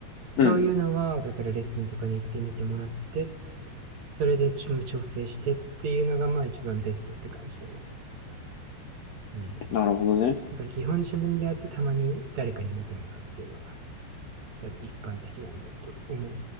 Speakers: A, on the right; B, on the left.
A: そういうのはだからレッスンとかに行ってみてもらって
B: うん。
A: それで調整してっていうのがまあ一番ベストって感じだねうん
B: なるほどね。
A: だから基本自分でやってたまに誰かに見てもらうっていうのが多分一般的なんだと思う